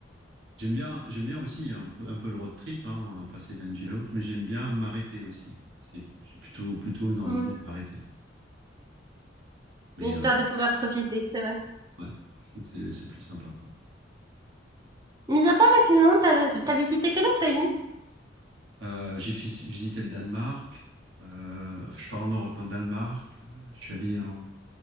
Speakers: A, on the right; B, on the right.
A: J'aime bien, j'aime bien aussi un peu, un peu le road trip, hein, passer d'une ville à l'autre, mais j'aime bien m'arrêter aussi. C'est, je suis plutôt, plutôt dans
B: Mm.
A: l'idée de m'arrêter. Mais
B: Mais histoire
A: euh,
B: de pouvoir profiter, c'est vrai.
A: ouais, je trouve que c'est, c'est plus sympa, quoi.
B: Mis à part la Finlande, t'as, t'as visité quel autre pays?
A: Euh, j'ai fis- visité le Danemark. euh, je parle en Europe, hein, Danemark. euh, je suis allé en,